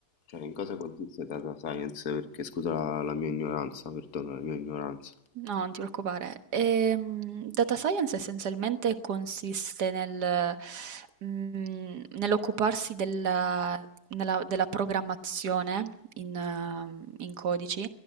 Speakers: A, on the left; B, on the right.
A: Cioè, in cosa consiste data science? Perché scusa la, la mia ignoranza, perdona la mia ignoranza.
B: No, non ti preoccupare. Ehm, data science essenzialmente consiste nel, mm, nell'occuparsi della, nella- della programmazione in, ehm, in codici